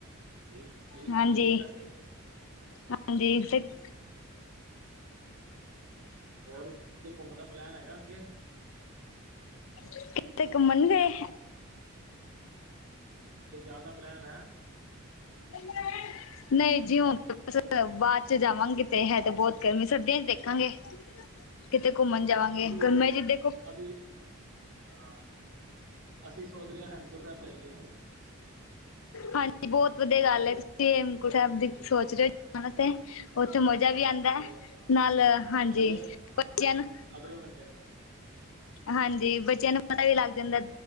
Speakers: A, on the right; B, on the left.
A: ਠੀਕ ਠੀਕ
B: ਹਾਂਜੀ
A: ਠੀਕ ਕੀਤਾ ਫੇਰ ਤੇ।
B: ਹਾਂਜੀ ਤੇ <inaudible>
A: ਹੋਰ ਕਿਥੇ <inaudible> ਘੁੰਮਣ ਦਾ ਪਲੈਨ ਹੈਗਾ ਅੱਗੇ
B: ਕਿਤੇ ਘੁੰਮਣ ਨੀ ਗਏ?
A: ਕਿਤੇ ਜਾਣ ਦਾ ਪਲੈਨ ਹੈ?
B: <unintelligible> <inaudible> ਨਹੀਂ ਜੀ ਹੁਣ <inaudible> ਬਾਅਦ ਚ ਜਾਵਾਂਗੇ ਤੇ ਹੈ ਤੇ ਬਹੁਤ ਗਰਮੀ ਸਰਦੀਆਂ ਚ ਦੇਖਾਂਗੇ।
A: ਅੱਛਾ
B: ਕਿਤੇ ਘੁੰਮਣ ਜਾਵਾਂਗੇ
A: ਅਸੀਂ
B: ਗਰਮਿਆ ਚ ਦੇਖੋ।
A: ਅਸੀਂ ਹਾਂ ਅਸੀਂ ਸੋਚ ਰਹੇ ਹਾਂ ਹੇਮਕੁੰਡ ਸਾਹਿਬ ਜਾਈਏ।
B: ਹਾਂਜੀ ਬਹੁਤ ਵਧੀਆ ਗੱਲ ਹੈ ਜੇ ਤੁਸੀਂ ਹੇਮਕੁੰਡ ਸਾਹਿਬ ਦੀ ਸੋਚ ਰਹੇ,, <inaudible>
A: ਹਾਂ
B: ਵੀ ਆਉਂਦਾ
A: ਅਜੇ
B: ਹੈ
A: ਹਾਂ
B: ਨਾਲ ਹਾਂਜੀ
A: ਅਗਲੇ ਹਾਂ
B: ਬੱਚਿਆਂ ਨੂੰ
A: ਅਗਲੇ ਮੰਡੇ ਸੋਚਦੇ ਆ ।
B: ਹਾਂਜੀ ਬੱਚਿਆਂ ਨੂੰ ਪਤਾ ਵੀ ਲੱਗ ਜਾਂਦਾ